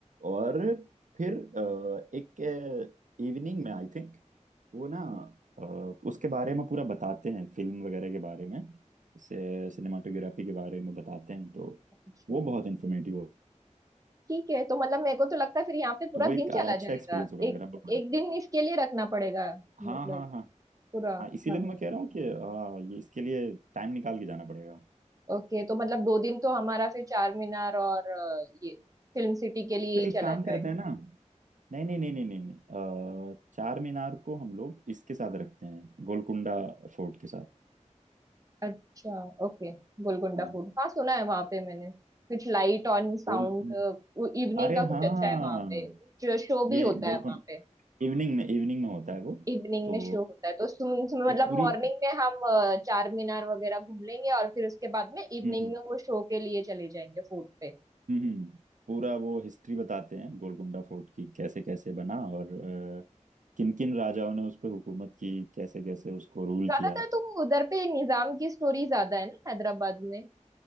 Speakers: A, on the right; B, on the right.
A: और फिर अ, एक इवनिंग में आई थिंक वो ना अ, उसके बारे में पूरा बताते हैं फिल्म वगैरह के बारे में से सिनेमाटोग्राफी के बारे में बताते हैं तो
B: अच्छा
A: वो बहुत इन्फॉर्मेटिव हो
B: ठीक है तो मतलब मेरे को तो लगता है फिर यहाँ पे पूरा
A: तो वो एक
B: दिन
A: अ,
B: चला
A: अच्छा
B: जाएगा
A: एक्सपीरियंस होगा
B: एक
A: अगर हम लोग
B: एक दिन इसके लिए रखना पड़ेगा मतलब
A: हाँ हाँ हाँ
B: पूरा
A: हाँ इसीलिए
B: हमें
A: तो मैं कह रहा हूँ कि हाँ ये इसके लिए टाइम निकाल के जाना पड़ेगा
B: ओके तो मतलब दो दिन तो हमारा फिर चार मीनार और अ, ये फिल्म सिटी के लिए
A: तो
B: ही
A: एक
B: चला
A: काम
B: जाएगा
A: करते हैं ना नहीं नहीं नहीं नहीं नहीं नहीं अ, चार मीनार को हम लोग इसके साथ रखते हैं गोलकुंडा फोर्ट के साथ
B: अच्छा ओके गोलकुंडा
A: हाँ
B: फूड हाँ सुना है वहां पे मैंने कुछ लाइट ऑन साउंड
A: गोलकुंडा
B: इवनिंग
A: अरे
B: का
A: हाँ
B: कुछ अच्छा है वहां पे जो शो भी
A: ये
B: होता
A: गोलकुंडा
B: है वहां पे
A: इवनिंग में इवनिंग में होता है वो
B: इवनिंग
A: तो
B: में शो होता है तो सुन, सुन, मतलब
A: वो पूरी
B: मॉर्निंग में हम अ, चार मीनार वगैरह घूम लेंगे और फिर उसके बाद में इवनिंग
A: हम्म हम्म
B: में वो शो के लिए चले जाएंगे फूड पे
A: हम्म, हम्म, पूरा वो हिस्ट्री बताते हैं गोलकुंडा फोर्ट की कैसे कैसे बना और किन किन राजाओं ने उस पर हुकूमत की कैसे कैसे उसको रूल
B: ज्यादातर
A: किया
B: तो उधर पे निजाम की स्टोरी ज्यादा है ना हैदराबाद में